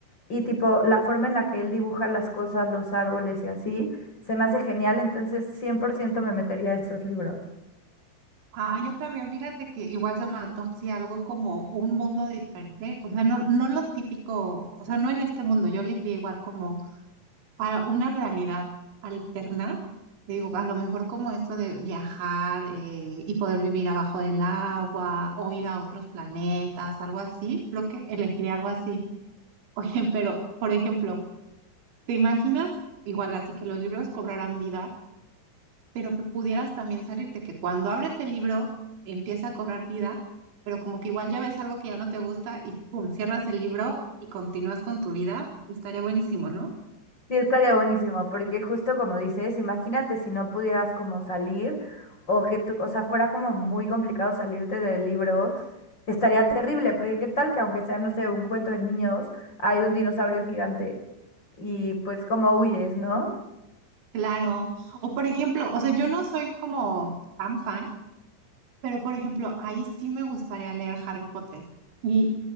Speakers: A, on the left (about 25°); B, on the right (about 85°).
A: y tipo, la forma en la que él dibuja las cosas, los árboles y así, se me hace genial, entonces 100% me metería a esos libros.
B: Ah, yo también, fíjate que igual se me antoja así algo como un mundo diferente, o sea, no, no lo típico, o sea, no en este mundo, yo le diría igual como a una realidad alterna, te digo, a lo mejor como esto de viajar eh, y poder vivir abajo del agua o ir a otros planetas, algo así, creo que elegiría algo así. <laughs> Oye, pero, por ejemplo, ¿te imaginas igual así que los libros cobrarán vida? pero que pudieras también salirte, que cuando abres el libro empieza a cobrar vida, pero como que igual ya ves algo que ya no te gusta y pum, cierras el libro y continúas con tu vida, estaría buenísimo, ¿no?
A: Sí, estaría buenísimo, porque justo como dices, imagínate si no pudieras como salir o que tú, o sea, fuera como muy complicado salirte del libro, estaría terrible, porque qué tal que aunque sea, no sé, un cuento de niños, hay un dinosaurio gigante y pues como huyes, ¿no?
B: Claro. O por ejemplo, o sea, yo no soy como tan fan, pero por ejemplo, ahí sí me gustaría leer Harry Potter y